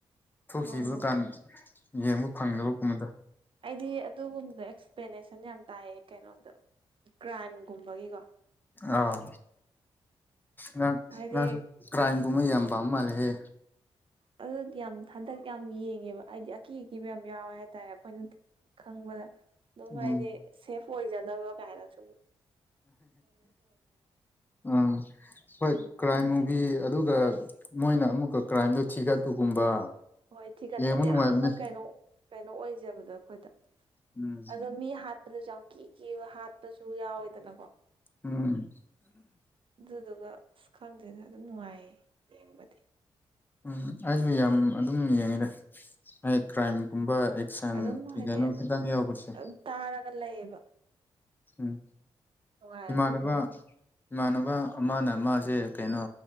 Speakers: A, on the left (about 15°); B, on the right (about 50°).
A: ꯊꯣꯛꯈꯤꯕ
B: ꯍꯣꯏ ꯍꯣꯏ ꯍꯣꯏ
A: ꯀꯥꯟ ꯌꯦꯡꯕ ꯐꯪꯗꯕꯀꯨꯝꯕꯗꯣ
B: ꯑꯩꯗꯤ ꯑꯗꯨꯒꯨꯝꯕ ꯑꯦꯛꯁꯄ꯭ꯂꯦꯅꯦꯁꯟ ꯌꯥꯝ ꯇꯥꯏꯌꯦ ꯀꯩꯅꯣꯗ ꯀ꯭ꯔꯥꯏꯝꯒꯨꯝꯕꯒꯤꯀꯣ
A: ꯑꯥ ꯅꯪ
B: ꯍꯥꯏꯗꯤ
A: ꯅꯪꯁꯨ ꯀ꯭ꯔꯥꯏꯝꯒꯨꯝꯕ ꯌꯥꯝ ꯄꯥꯝ ꯃꯥꯜꯂꯦꯍꯦ
B: ꯑꯗꯨ ꯌꯥꯝ ꯍꯟꯗꯛ ꯌꯥꯝ ꯌꯦꯡꯉꯦꯕ ꯑꯥꯏꯗꯤ ꯑꯀꯤ ꯑꯀꯤꯕ ꯌꯥꯝ ꯌꯥꯎꯋꯦ ꯍꯥꯏꯇꯥꯔꯦ ꯑꯩꯈꯣꯏꯅ ꯈꯪꯕꯗ ꯗꯨꯝ
A: ꯎꯝ
B: ꯍꯥꯏꯗꯤ ꯁꯦꯐ ꯑꯣꯏꯖꯅꯕ ꯀꯥꯏꯅꯁꯨꯨꯝ
A: ꯎꯝ ꯍꯣꯏ ꯀ꯭ꯔꯥꯏꯝ ꯃꯨꯚꯤ ꯑꯗꯨꯒ ꯃꯣꯏꯅ ꯑꯃꯨꯛꯀ ꯀ꯭ꯔꯥꯏꯝꯗꯨ ꯊꯤꯒꯠꯄꯒꯨꯝꯕ
B: ꯍꯣꯏ ꯊꯤꯒꯠꯄꯗ
A: ꯌꯦꯡꯕ ꯅꯨꯡꯉꯥꯏꯕꯅꯦ
B: ꯌꯥꯝꯅ ꯀꯩꯅꯣ ꯀꯩꯅꯣ ꯑꯣꯏꯖꯕꯗꯣ ꯑꯈꯣꯏꯗ
A: ꯎꯝ
B: ꯑꯗꯣ ꯃꯤ ꯍꯥꯠꯄꯗꯁꯨ ꯌꯥꯝ ꯀꯤ ꯀꯤꯕ ꯍꯥꯠꯄꯁꯨ ꯌꯥꯎꯋꯦꯗꯅꯀꯣ
A: ꯎꯝ
B: ꯑꯗꯨꯗꯨꯒ ꯑꯁ ꯈꯪꯗꯦꯗ ꯑꯗꯨꯝ ꯅꯨꯡꯉꯥꯏꯌꯦ ꯌꯦꯡꯕꯗꯤ
A: ꯎꯝ ꯑꯩꯖꯨ ꯌꯥꯝ ꯑꯗꯨꯝ ꯌꯦꯡꯉꯤꯗ ꯍꯥꯏ ꯀ꯭ꯔꯥꯏꯝꯒꯨꯝꯕ ꯁꯟꯒꯤ
B: ꯑꯗꯨꯝ ꯍꯥꯏꯗꯤ
A: ꯀꯩꯅꯣ
B: ꯑꯗꯨꯝ
A: ꯈꯤꯇꯪ ꯌꯥꯎꯕꯁꯦ
B: ꯑꯗꯨꯝ ꯇꯥꯔꯒ ꯂꯩꯌꯦꯕ
A: ꯎꯝ
B: ꯅꯨꯡꯉꯥꯏ
A: ꯏꯃꯅꯕ
B: ꯑꯗꯨꯗꯨꯅ ꯍꯦꯟꯅ꯫
A: ꯏꯃꯥꯟꯅꯕ ꯑꯃꯅ ꯃꯥꯖꯦ ꯀꯩꯅꯣ